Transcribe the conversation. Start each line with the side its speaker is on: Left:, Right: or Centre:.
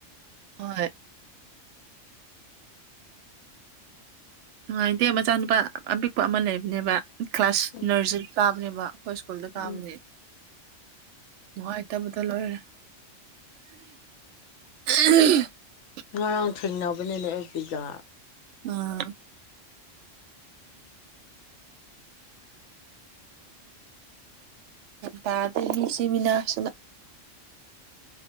Right: ꯍꯣꯏ ꯅꯨꯡꯉꯥꯏꯇꯦ ꯃꯆꯥꯅꯨꯄꯥ ꯑꯄꯤꯛꯄ ꯑꯃ ꯂꯩꯕꯅꯦꯕ ꯀ꯭ꯂꯥꯁ
Left: ꯎꯝ
Right: ꯅꯔꯁꯔꯤꯗ ꯀꯥꯕꯅꯦꯕ ꯑꯩꯈꯣꯏ ꯁ꯭ꯀꯨꯜꯗ ꯀꯥꯕꯅꯦ
Left: ꯎꯝ
Right: ꯅꯣꯏ ꯏꯇꯕꯨꯗ ꯂꯣꯏꯔꯦ ꯎ ꯑ
Left: ꯉꯔꯥꯡ ꯊꯦꯡꯅꯕꯅꯦꯅꯦ ꯑꯦ ꯕꯤꯒꯥ
Right: ꯎꯝ ꯇꯗꯁꯤꯃꯤꯅꯥꯁꯤꯅ